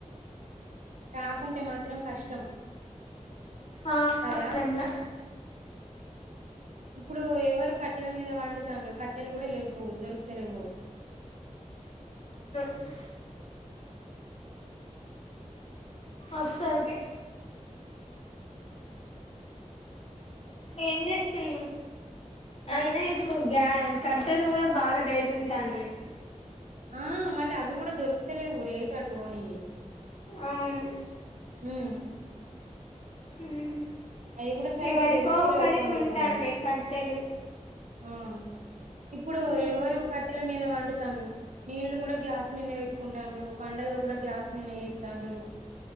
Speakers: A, on the right (about 70°); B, on the left (about 55°).
A: రాకుంటే మాత్రం కష్టం
B: ఆ
A: కదా!
B: విధంగా
A: ఇప్పుడు ఎవరు కట్ కట్టెల మీద వండుతాండ్రు. కట్టెలు కూడా లెవ్వు దొరుకుతలెవ్వు.
B: జస్ట్ అస్సల్ కి ఏం చేస్తుండ్రు అయినా ఇప్పుడు గ్యా కట్టెలు కూడా బాగా రేట్ ఉంటాన్నాయ్.
A: ఆ మళ్ళ అవి కూడా దొరుకుతలేవు. రేటు అటు పోనియి.
B: అవును
A: ఉమ్
B: ఉమ్
A: అవి కూడా సరిగ్గా
B: ఎవరకో
A: దొరుకుతలేవు
B: ఒకరికి
A: కొందరు
B: ఉంటన్నాయి
A: కొందరికి
B: కట్టెలు
A: ఆ ఇప్పుడు
B: ఉమ్
A: ఎవరు కట్టెల మీద వందుతాండ్రు నీళ్లు గుడా గ్యాస్ మీదే పెట్ కుంటండ్రు పండగ గుడ గ్యాస్ మీద చేసు కుంటాండ్రు